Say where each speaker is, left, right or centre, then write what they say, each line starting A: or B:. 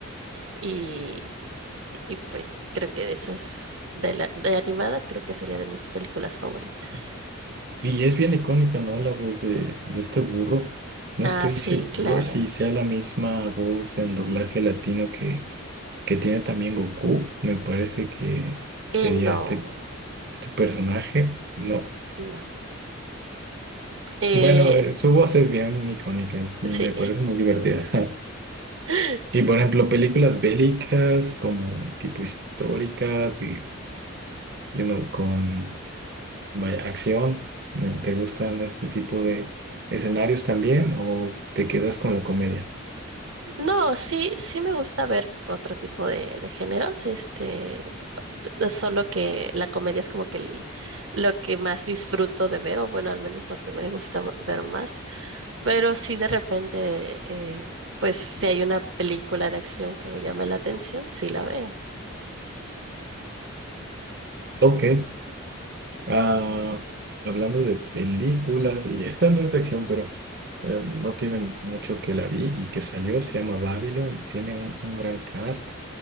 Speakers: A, on the right; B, on the right.
A: Y, y pues creo que de esas, de, la- de animadas, creo que sería de mis películas favoritas.
B: Y es bien icónica, ¿no? La voz de, de este burro. No
A: Ah,
B: estoy
A: sí,
B: seguro
A: claro.
B: si sea la misma voz en doblaje latino que, que tiene también Goku. Me parece que sería
A: Eh, no,
B: este, este personaje. No.
A: no. Eh,
B: Bueno, eh, su voz es bien icónica. Me
A: sí.
B: parece muy divertida. <laughs>
A: <laughs>
B: Y por ejemplo, películas bélicas como tipo históricas y, you know, con vaya, acción, eh, ¿te gustan este tipo de escenarios también o te quedas con la comedia?
A: No, sí, sí me gusta ver otro tipo de, de géneros, este, p- solo que la comedia es como que el- lo que más disfruto de ver, o bueno, al menos lo que me gusta ma- ver más. Pero sí de repente, eh, pues si hay una película de acción que me llame la atención, sí la veo.
B: Ok, ah, hablando de películas, y esta no es de acción, pero eh, no tiene mucho que la vi y que salió, se llama Babylon, tiene un, un gran cast,